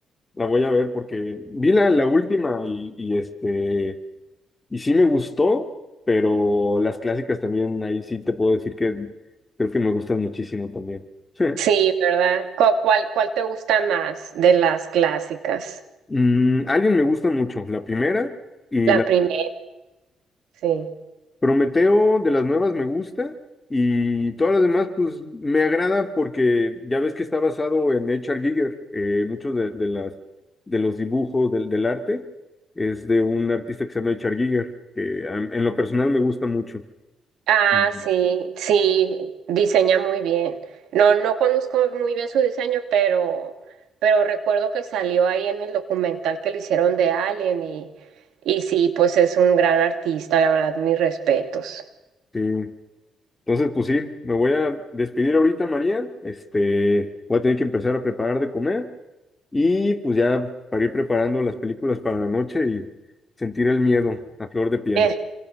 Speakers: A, on the left (about 20°); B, on the right (about 80°).
A: la voy a ver porque vi la, la última y, y este. Y sí me gustó, pero las clásicas también, ahí sí te puedo decir que creo que me gustan muchísimo también. Sí.
B: Sí, ¿verdad? ¿Cu- ¿Cuál, cuál te gusta más de las clásicas?
A: Mm, Alien me gusta mucho, la primera y
B: La
A: la
B: primera, sí.
A: Prometeo de las nuevas me gusta y todas las demás pues me agrada porque ya ves que está basado en H.R. Giger, eh, muchos de, de las de los dibujos del, del arte es de un artista que se llama H.R. Giger, que a- en lo personal me gusta mucho.
B: Ah,
A: Ujú.
B: sí, sí, diseña muy bien. No, no conozco muy bien su diseño, pero, pero recuerdo que salió ahí en el documental que le hicieron de Alien y, y sí, pues es un gran artista, la verdad, mis respetos.
A: Sí. Entonces, pues sí, me voy a despedir ahorita, María. Este, voy a tener que empezar a preparar de comer y pues ya para ir preparando las películas para la noche y sentir el miedo a flor de piel.
B: Eh,